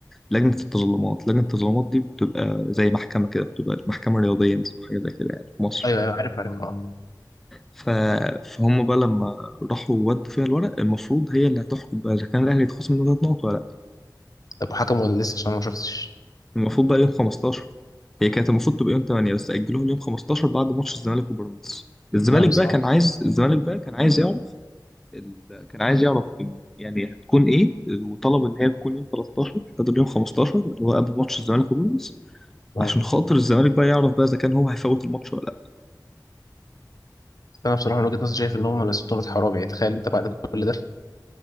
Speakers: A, in the centre; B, on the left.
A: لجنه التظلمات لجنه التظلمات دي بتبقى زي محكمه كده بتبقى محكمه رياضيه مثلا حاجه زي كده يعني في مصر
B: ايوه ايوه عارف عارف اه
A: ف... فهم بقى لما راحوا ودوا فيها الورق المفروض هي اللي هتحكم بقى اذا كان الاهلي يتخصم منه ثلاث نقط ولا
B: طب حكم ولا لسه عشان انا ما شفتش
A: المفروض بقى يوم 15 هي كانت المفروض تبقى يوم 8 بس أجلوها ليوم 15 بعد ماتش الزمالك وبيراميدز الزمالك
B: لا بس
A: بقى
B: اه
A: كان عايز الزمالك بقى كان عايز يعرف ال... كان عايز يعرف ال- يعني هتكون ايه وطلب ان هي تكون يوم 13 بدل يوم 15 اللي هو قبل ماتش الزمالك وبيراميدز
B: آه.
A: عشان خاطر الزمالك بقى يعرف بقى اذا كان هو هيفوت الماتش ولا لا
B: بس انا بصراحه من وجهه نظري شايف ان هم الست نقط حرام يعني تخيل انت بعد كل ده